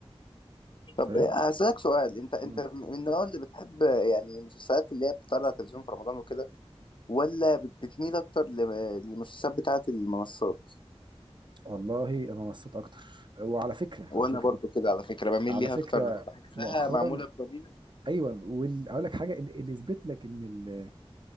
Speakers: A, on the left; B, on the right.
A: طب
B: فاهم
A: هسألك سؤال انت انت
B: مم.
A: من النوع اللي بتحب يعني المسلسلات اللي هي بتطلع على التلفزيون في رمضان وكده ولا بتميل اكتر ل- للمسلسلات بتاعة المنصات
B: والله انا مصيت اكتر وعلى فكره
A: وانا
B: على فكره
A: برضه كده على فكرة بميل
B: على
A: ليها
B: فكره
A: اكتر بحسها
B: مؤخرا
A: معمولة بضمير
B: ايوه واقول لك حاجه اللي اللي يثبت لك ان ال...